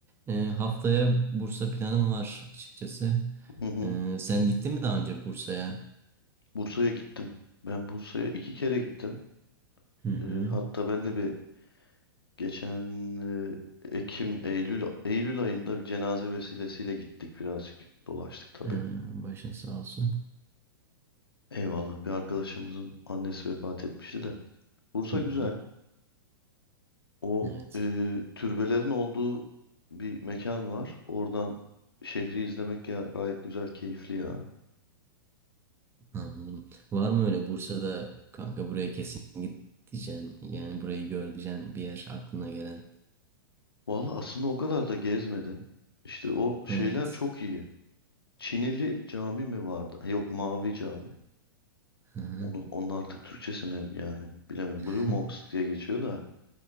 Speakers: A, on the right; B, on the left.
A: Ee, haftaya Bursa planım var açıkçası.
B: Hı hı.
A: Ee, sen gittin mi daha önce Bursa'ya?
B: Bursa'ya gittim. Ben Bursa'ya iki kere gittim.
A: Hı hı.
B: Ee, hatta ben de bir geçen e, Ekim, Eylül, Eylül ayında bir cenaze vesilesiyle gittik birazcık. Dolaştık tabii.
A: Ee, başın sağ olsun.
B: Eyvallah bir arkadaşımızın annesi vefat etmişti de. Bursa
A: Hı hı.
B: güzel. O
A: Evet,
B: e, türbelerin olduğu bir mekan var. Oradan şehri izlemek ya gayet güzel, keyifli ya.
A: anladım. Var mı öyle Bursa'da kanka buraya kesin git diyeceksin. Yani burayı gör diyeceksin bir yer aklına gelen.
B: Vallahi aslında o kadar da gezmedim. İşte o şeyler
A: Evet.
B: çok iyi. Çinili cami mi vardı? Ha, Yok, Mavi Cami.
A: Hı hı.
B: Onu, onun artık Türkçesine yani bilemedim.
A: <laughs>
B: Blue Mosque diye geçiyor da.